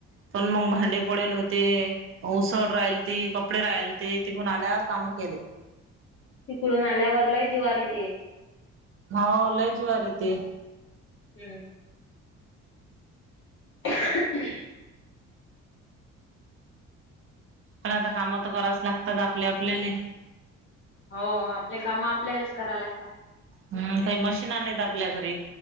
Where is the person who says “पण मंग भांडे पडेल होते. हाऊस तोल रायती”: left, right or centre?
Right